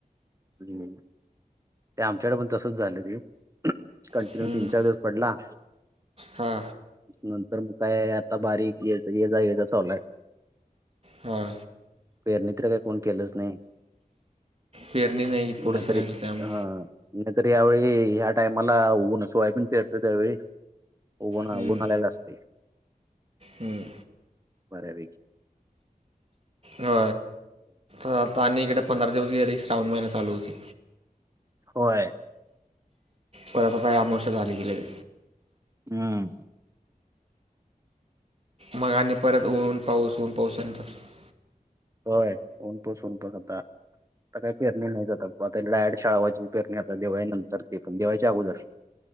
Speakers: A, on the right; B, on the right.
A: हम् ते आमच्याकडे पण तसच झालं ते कंटिन्यू
B: हम्म,
A: तीन चार दिवस पडला.
B: हा
A: नंतर मग काय आता बारीक ये जा ये जा चालू आहे.
B: हा.
A: पेरणीत्र काही कोण केलंच नाही
B: पेरणी नाही पुढ
A: नाहीतरी
B: सरगल काम
A: हा नाहीतर यावेळी ह्या टाइमाला उन सोय पण फिरतो त्यावेळी उगणा
B: हम्म,
A: उभनलेला असते
B: हम्म.
A: परावी
B: हो आ आणि इकडे पंधरा दिवस गेले श्रावण महिना चालू होती
A: होय.
B: परत का आमोश झाले गेले.
A: हम्म
B: मग आणि परत ऊन पाऊस ऊन पाऊस तसं
A: होय ऊनपाऊस हुता. आता का पेरणी नाही जात आता शाळावाची पेरणी आता दिवाळीच्या नंतर ते पण दिवाळीच्या अगोदर.